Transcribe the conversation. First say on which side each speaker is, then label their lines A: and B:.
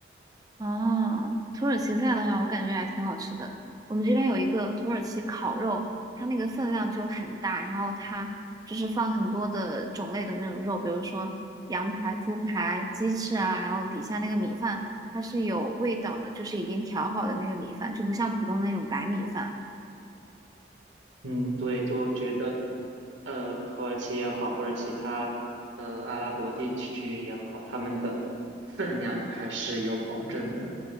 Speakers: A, on the right (about 20°); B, on the right (about 85°).
A: 哦，土耳其菜的话，我感觉还挺好吃的。我们这边有一个土耳其烤肉，它那个分量就很大，然后它就是放很多的种类的那种肉，比如说羊排、猪排、鸡翅啊，然后底下那个米饭它是有味道的，就是已经调好的那个米饭，就不像普通的那种白米饭。
B: 嗯，对，就觉得，呃，土耳其也好，或者其他呃阿拉伯地区也好，他们的分量还是有保证的。